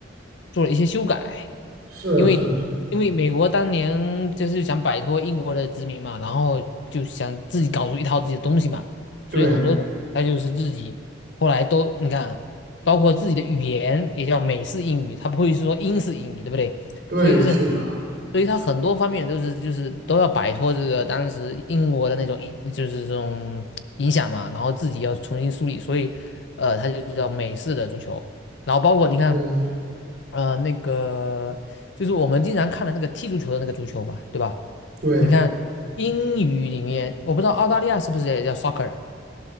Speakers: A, on the left; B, on the right.
A: 做了一些修改，
B: 是是是，
A: 因为因为美国当年就是想摆脱英国的殖民嘛，然后就想自己搞出一套自己的东西嘛，所以很多他就是自己后来都你看，
B: 对
A: 包括自己的语言也叫美式英语，它不会说英式英语，对不对？
B: 对，
A: 所以就是，
B: 是的，
A: 所以他很多方面都是就是都要摆脱这个当时英国的那种影就是这种影响嘛，然后自己要重新梳理，所以呃，他就叫美式的足球，然后包括你看，
B: 对
A: 呃，那个就是我们经常看的那个踢足球的那个足球吧，对吧？
B: 对。
A: 你看英语里面，我不知道澳大利亚是不是也叫 soccer，